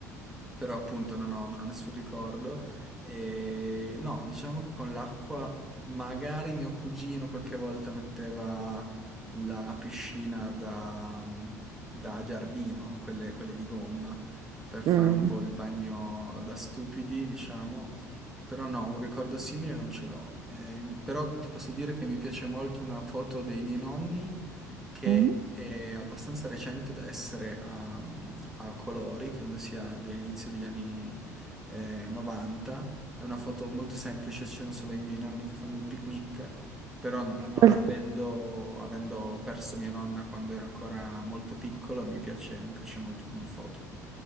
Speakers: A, in the centre; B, on the right (about 45°).
A: però appunto non ho, non ho nessun ricordo. E no, diciamo che con l'acqua magari mio cugino qualche volta metteva la piscina da, mm, da giardino, quelle, quelle di gomma, per fare
B: Mm.
A: un po' il bagno da stupidi, diciamo. Però no, un ricordo simile non ce l'ho. Eh, però ti posso dire che mi piace molto una foto dei miei nonni che
B: Mm.
A: è abbastanza recente da essere a, a colori, credo sia dell'inizio degli anni eh, 90. È una foto molto semplice, ci sono solo i miei nonni che fanno il picnic, però no- no,
B: Dol-
A: avendo, avendo perso mia nonna quando ero ancora molto piccolo, mi piace, mi piace molto come foto.